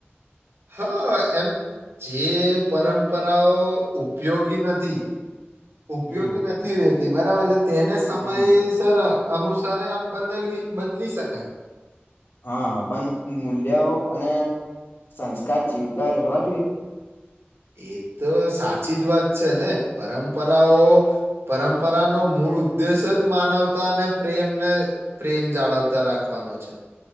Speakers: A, on the right; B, on the left.
A: હા એમ જે પરંપરાઓ ઉપયોગી નથી. ઉપયોગી
B: હમ
A: નથી રે. તી બરાબર છે. તેને સમયસર.
B: હમ
A: અનુસારે આમ બદલવી બદલી શકાય.
B: હા પણ મૂલ્યાઓ અને સંસ્કાર જીવતા રહેવા જોઈએ.
A: એ તો સાચી જ વાત છે ને પરંપરાઓ પરંપરાનો મૂળ ઉદ્દેશ જ માનવતા અને પ્રેમને પ્રેમ જાળવતા રાખવાનો છે.